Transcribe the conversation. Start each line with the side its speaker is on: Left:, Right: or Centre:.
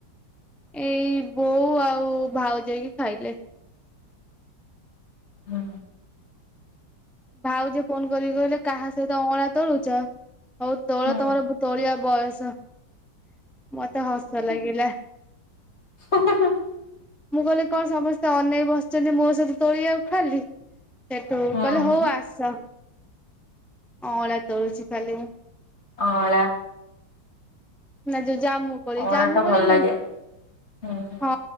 Centre: ଏଇ ବୋଉ ଆଉ ଭାଉଜ ହେଇକି ଖାଇଲେ।
Left: ହୁଁ।
Centre: ଭାଉଜ ଫୋନ କରିକି କହିଲେ କାହା ସହିତ ଅଁଳା ତୋଳୁଛ। ହଉ ତୋଳ
Left: ହୁଁ
Centre: ତମର ତୋଳିବା ବୟସ ମତେ ହସ ଲାଗିଲା।
Left: <unintelligible>
Centre: ମୁଁ କହିଲି କଣ ସମସ୍ତେ ଅନେଇ ବସିଛନ୍ତି ମୋ ସହିତ ତୋଳିବାକୁ ଖାଲି ସେଠୁ ପ
Left: ହୁଁ
Centre: କହିଲେ ହଉ ଆସ ଅଁଳା ତଳୁଛି ଖାଲି ମୁଁ।
Left: ଅଁଳା।
Centre: ନା ଯୋଉ ଜାମୁ କୋଳି
Left: ଅଁଳା
Centre: ଜାମୁ
Left: ଟା
Centre: କୋଳି
Left: ଭଲ
Centre: ମି
Left: ଲାଗେ। ହୁଁ ହୁଁ
Centre: ହଁ।